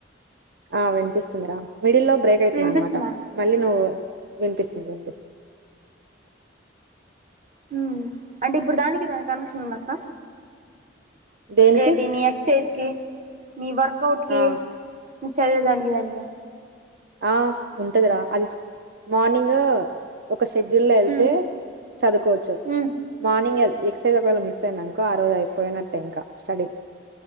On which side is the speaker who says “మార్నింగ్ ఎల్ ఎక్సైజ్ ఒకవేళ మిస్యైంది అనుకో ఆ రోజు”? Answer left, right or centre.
Right